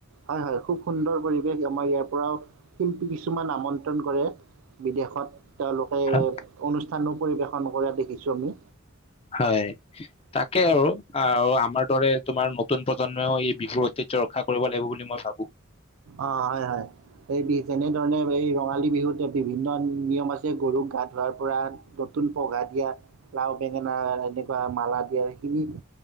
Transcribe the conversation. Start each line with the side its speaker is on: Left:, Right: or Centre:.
Right: হয় হয় খুব সুন্দৰ পৰিৱেশ আমাৰ ইয়াত । ধৰক শিল্পী কিছুমান আমন্ত্ৰণ কৰে । বিদেশত তেওঁলোকে
Left: হয়
Right: অনুষ্ঠ স্থানো পৰিবেশন কৰা দেখিছো আমি
Left: হয় তাকে আৰু আৰু আমাৰ দৰে তোমাৰ নতুন প্ৰজন্মও এই বিহুৰ ঐতিহ্য ৰখা কৰিব লাগিব বুলি মই ভাবো
Right: অ হয় হয় এই বি তেনেধৰণে এই ৰঙালী বিহুত বিভিন্ন নিয়ম আছে গৰুক গা ধোৱাৰ পৰা নতুন পঘা দিয়া লাও, বেঙেনা এনেকুৱা মালা দিয়া সেইখিনি